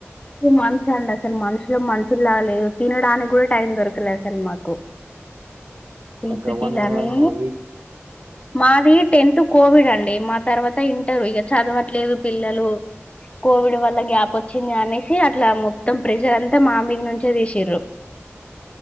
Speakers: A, on the left; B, on the right.
A: మంచి అండి అసలు మనుషులు మనుషులులా లేరు తినడానికి కూడా టైం దొరకలే అసలు మాకు
B: నాకు
A: ఇప్పుటిలాలే
B: గవ్వనే కాదు మళ్ళీ వీక్
A: మాది టెన్త్ కోవిడ్ అండి మా తర్వాత ఇంటర్ ఇక చదవట్లేదు పిల్లలు కోవిడ్ వల్ల గ్యాప్ వచ్చింది అని అట్లా మొత్తం ప్రెషర్ అంతా మా మీద నుంచే తీసిర్రు